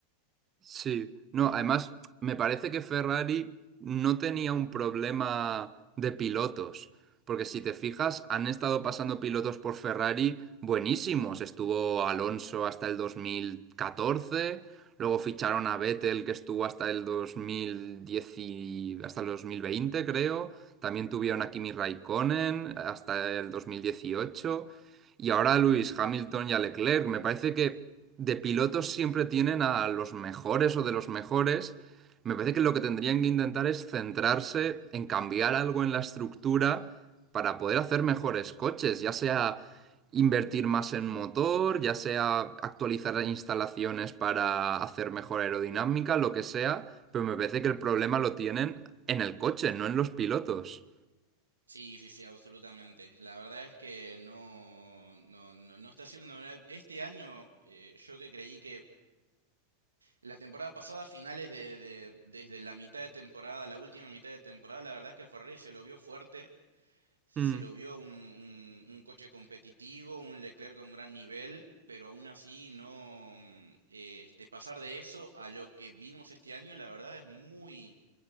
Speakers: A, on the right; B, on the right.
A: Sí, no, además me parece que Ferrari no tenía un problema de pilotos, porque si te fijas, han estado pasando pilotos por Ferrari buenísimos. Estuvo Alonso hasta el 2014, luego ficharon a Vettel que estuvo hasta el 2010 y- hasta el 2020, creo. También tuvieron a Kimi Raikkonen hasta el 2018. Y ahora Luis Hamilton y a Leclerc, me parece que de pilotos siempre tienen a los mejores o de los mejores. Me parece que lo que tendrían que intentar es centrarse en cambiar algo en la estructura para poder hacer mejores coches, ya sea invertir más en motor, ya sea actualizar las instalaciones para hacer mejor aerodinámica, lo que sea, pero me parece que el problema lo tienen en el coche, no en los pilotos.
B: Sí, sí, sí, absolutamente. La verdad es que no, no, no, no está siendo una verdad. Este año, eh, yo que creí que la temporada pasada, finales de, de- desde la mitad de temporada, la última mitad de temporada, la verdad es que Ferrari se lo vio fuerte, se
A: Mm,
B: lo vio un, un- un coche competitivo, un Leclerc con gran nivel, pero aún así no, mm, eh, este, pasar de eso a lo que vimos este año, la verdad es muy